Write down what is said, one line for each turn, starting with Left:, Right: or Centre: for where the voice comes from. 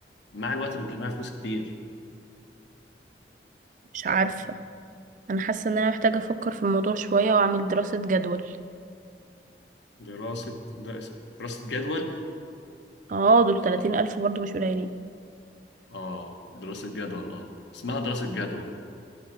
Left: مع الوقت بتجمعي فلوس كتير
Right: مش عارفة
Left: آه.
Right: أنا حاسة إن أنا محتاجة أفكر في الموضوع شوية وأعمل دراسة جدول
Left: دراسة دراسة دراسة جدول
Right: اه دول تلاتين
Left: اه
Right: ألف برضو مش قليلين
Left: اه دراسة جدول اه اسمها دراسة جدول